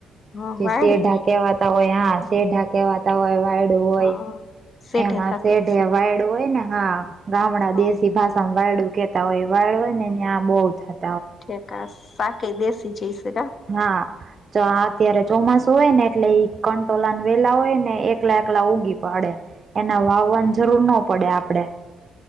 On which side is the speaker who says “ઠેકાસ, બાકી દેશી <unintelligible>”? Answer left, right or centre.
Left